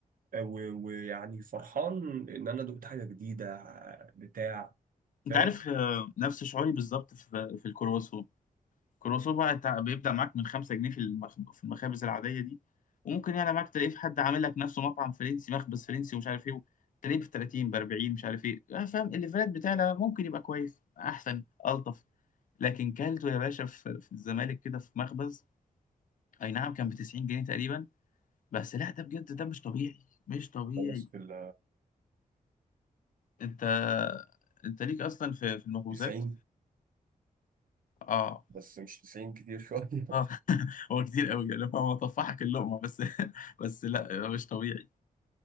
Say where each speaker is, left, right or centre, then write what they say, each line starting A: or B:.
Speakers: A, on the right (about 70°); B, on the left (about 65°).
A: آه، و- ويعني فرحان ان انا دقت حاجة جديدة بتاع فاهم
B: انت عارف آه، نفس شعوري بالظبط في في الكرواسون الكرواسون بقى تع- بيبدأ معاك من 5 جنيه في المخ... في المخابز العاديه دي وممكن يعلى معاك تلاقيه في حد عامل لك نفسه مطعم فرنسي مخبز فرنسي ومش عارف ايه تلاقيه في 30 ب 40 مش عارف ايه آه، فاهم الليفرات بتاعنا ممكن يبقى كويس احسن الطف لكن كلته يا باشا في في الزمالك كده في مخبز اي نعم كان ب 90 جنيه تقريبا بس لا ده بجد ده مش طبيعي مش طبيعي
A: خلاص في ال
B: انت انت ليك اصلا في في المخبوزات
A: 90
B: اه
A: بس مش 90 كتير شوية <laughs>
B: اه <laughs> هو كتير قوي يعني هو طفحك اللقمه بس <laughs> بس لا مش طبيعي